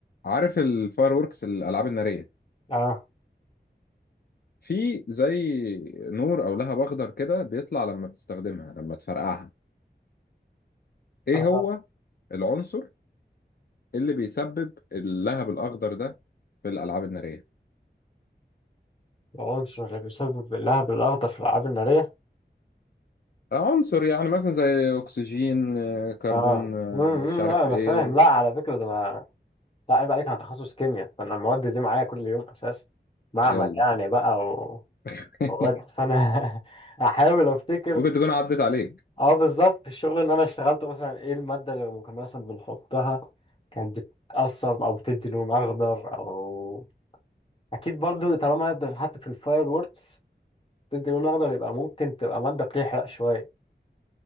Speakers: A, on the left; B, on the left.
A: عارف الفاير ووركس الالعاب الناريه
B: اه
A: في زي نور او لهب اخضر كده بيطلع لما بتستخدمها لما تفرقعها ايه
B: اه
A: هو العنصر اللي بيسبب اللهب الاخضر ده في الالعاب الناريه
B: العنصر اللي بيسبب اللهب الأخضر في الألعاب النارية
A: عنصر يعني مثلا زي اكسجين آه، كربون
B: اه
A: آه،
B: مم، مم،
A: مش عارف
B: لا أنا
A: ايه
B: فاهم لا على فكرة ده ما لا عيب عليك أنا تخصص كيمياء فأنا المواد دي معايا كل يوم أساسا معمل
A: يلا
B: يعني بقى و-
A: <laughs>
B: ومواد فأنا <laughs> أحاول أفتكر
A: ممكن تكون عدت عليك
B: اه بالظبط في الشغل اللي أنا اشتغلته مثلا إيه المادة اللي كنا مثلا بنحطها كانت بتأثر أو بتدي لون أخضر أو أكيد برضو طالما هبدأ حتى في الفاير ووركس بتدي لون أخضر يبقى ممكن تبقى مادة بتحرق شوية